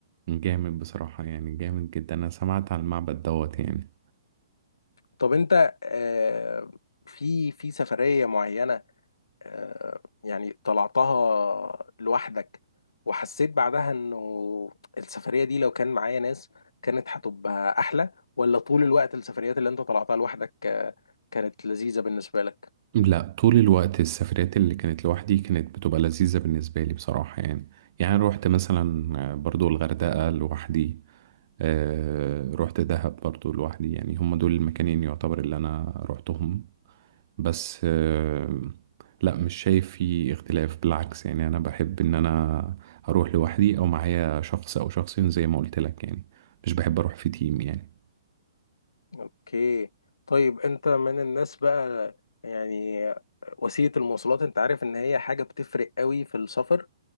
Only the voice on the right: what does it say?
جامد بصراحة يعني جامد جدا انا سمعت عن المعبد دوت يعني
لا طول الوقت السفريات اللي كانت لوحدي كانت بتبقى لذيذة بالنسبة لي بصراحة يعني يعني روحت مثلا آه، برضو الغردقة لوحدي آه، روحت دهب برضو لوحدي يعني هم دول المكانين يعتبر اللي انا روحتهم بس آه، لا مش شايف في اختلاف بالعكس يعني انا بحب ان انا اروح لوحدي او معايا شخص او شخصين زي ما قلت لك يعني مش بحب اروح في تيم يعني